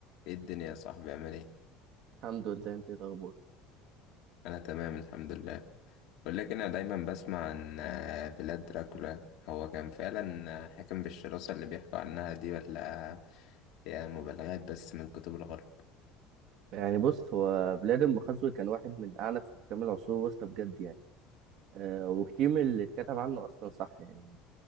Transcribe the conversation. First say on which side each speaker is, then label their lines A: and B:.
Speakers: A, on the left; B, on the right.
A: ايه الدنيا يا صاحبي عامل ايه
B: الحمد لله انت ايه الاخبار
A: انا تمام الحمد لله ولكن انا دايما بسمع عن آه، فيلاد دراكولا هو كان فعلا آه، حاكم بالشراسة اللي بيحكوا عنها دي ولا هي مبالغات بس من كتب الغرب
B: يعني بص هو فلادimir مخزوي كان واحد من اعنف حكام العصور الوسطى بجد يعني أه وكتير من اللي اتكتب عنه اصلا صح يعني